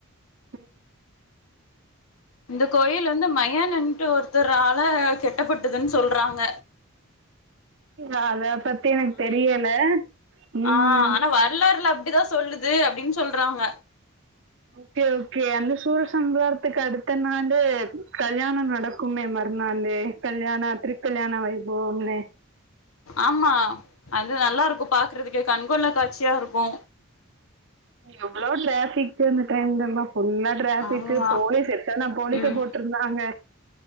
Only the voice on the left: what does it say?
இந்த கோயில் வந்து மையானன்ட்டு ஒருத்தர் ஆல கெட்டப்பட்டதுன்னு சொல்றாங்க
அ ஆனா வரலாறுல அப்டிதா சொல்லுது அப்டின்னு சொல்றாங்க
ஆமா அது நல்லா இருக்கு பாக்றதுக்கே கண்கொள்ளா காட்சியா இருக்கு
ஆமா
ம்